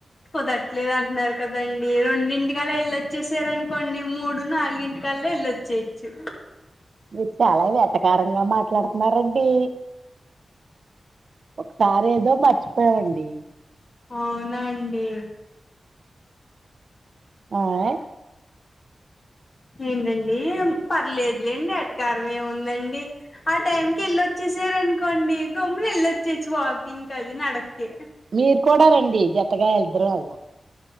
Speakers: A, on the left; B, on the right.
A: కుదట్లేదు అంటున్నారు కదండీ రెండింటికళ్ళ వెళ్లి వచ్చేసార కొండి మూడు నాలుగు ఇంటికల్లో వెళ్ళొచ్చేయచ్చు
B: మీరు చాలా వెటకారంగా మాట్లాడుతున్నారు రండి ఒకసారి ఏదో మర్చిపోయావండి
A: అవునా అండి
B: ఆయ్
A: ఏంటండి పర్లేదులేండి వెటకారం ఏముందండి ఆ టైంకి ఎల్ వచ్చేసారనుకోండి గమ్ములుళ్లొచ్చేచ్చు వాకింగ్ అది నడకే
B: మీరు కూడా రండి జత్తగా ఇద్దరం వెళ్దాం